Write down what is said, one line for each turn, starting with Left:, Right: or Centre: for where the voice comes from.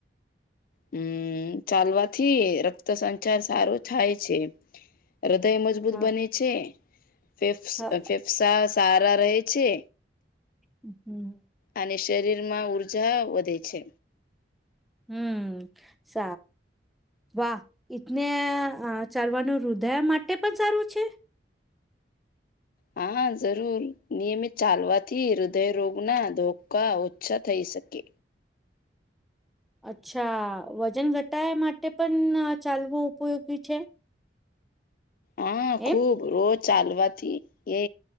Left: હમ ચાલવાથી રક્ત સંચાર સારો થાય છે. હૃદય મજબૂત
Centre: હા
Left: બને છે. ફેફ
Centre: હા
Left: ફેફસા સારા રહે છે.
Centre: હમ
Left: અને શરીરમાં ઊર્જા વધે છે.
Centre: હમ સ વાહ ઈટને ચાલવાનું રૃદય માટે પણ સારું છે?
Left: હા જરૂર નિયમિત ચાલવાથી હૃદયરોગ ના ધોકા ઓછા થઈ શકે.
Centre: અચ્છા વજન ઘટાય માટે પણ ચાલવું ઉપયોગી છે?
Left: હા ખુબ
Centre: એમ
Left: રોજ ચાલવાથી એ.